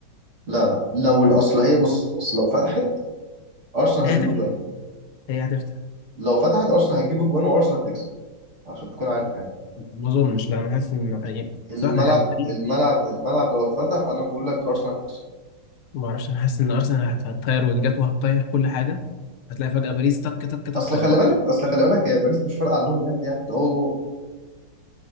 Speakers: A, on the right (about 40°); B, on the left (about 80°).
A: لا لا لو الأصل هي بص أصل لو فتحت أرسنال هتجيب
B: هي هتفتح
A: أجوان
B: هي هتفتح
A: لو فتحت أرسنال هتجيب أجوان وأرسنال هتكسب عشان تكون عارف يعني
B: ما اظنش لا انا حاسس ان يعني
A: الملعب
B: بصراحه حاجه باريس
A: الملعب الملعب لو اتفتح أنا بقول لك أرسنال هتكسب
B: ما اعرفش انا حاسس ان ارسنال هت- هتطير وينجات وهتطير كل حاجه هتلاقي فجاه باريس تك تك تك
A: أصل
B: ورا
A: خلي
B: بعض
A: بالك أصل خلي بالك هي باريس مش فارقة عنهم جامد يعني ده هو جون